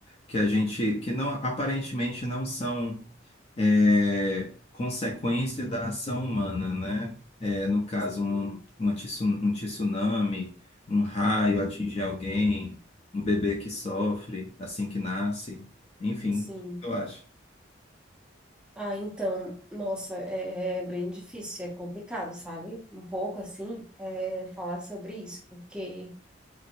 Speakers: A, on the left (about 30°); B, in the centre.
A: que a gente, que não aparentemente não são é, consequência da ação humana, né? É, no caso,
B: sim,
A: um, uma tsu- um tsunami, um raio
B: uhum,
A: atingir alguém, um bebê que sofre assim que nasce, enfim,
B: sim.
A: eu acho.
B: Ah, então, nossa, é, é bem difícil, é complicado, sabe? Um pouco assim, é, falar sobre isso, porque